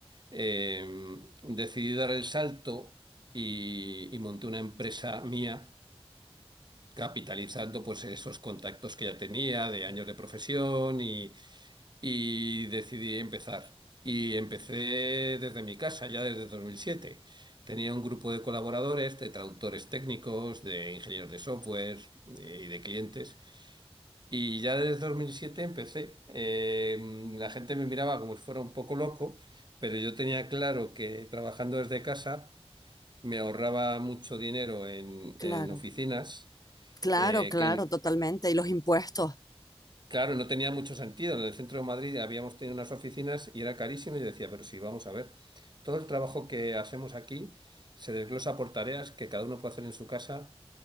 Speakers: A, on the right; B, on the left.
A: eh, decidí dar el salto y, y monté una empresa mía. capitalizando pues esos contactos que ya tenía de años de profesión y y decidí empezar. Y empecé desde mi casa, ya desde 2007. Tenía un grupo de colaboradores, de traductores técnicos, de ingenieros de software eh, y de clientes. Y ya desde 2007 empecé. Eh, la gente me miraba como si fuera un poco loco, pero yo tenía claro que trabajando desde casa me ahorraba mucho dinero en, en
B: Claro,
A: oficinas,
B: claro,
A: eh,
B: claro,
A: que
B: totalmente. Y los impuestos,
A: Claro, no tenía mucho sentido. En el centro de Madrid habíamos tenido unas oficinas y era carísimo y yo decía, pero sí, vamos a ver, todo el trabajo que hacemos aquí se desglosa por tareas que cada uno puede hacer en su casa.